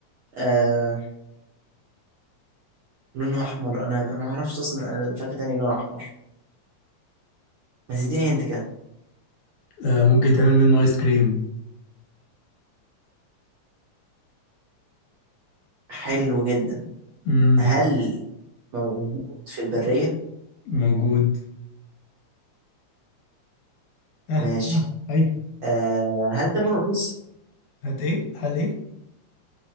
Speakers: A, on the right; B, on the left.
A: آه لونها أحمر أنا ما أعرفش أصلا الفاكهة تاني لونها أحمر بس اديني هنت كده
B: آه ممكن تعمل منه ايس كريم
A: حلو جدا
B: امم
A: هل موجود في البرية؟
B: موجود آه.
A: ماشي
B: آه. ايوه
A: آه هل ثمنه رخيص؟
B: هات ايه هل ايه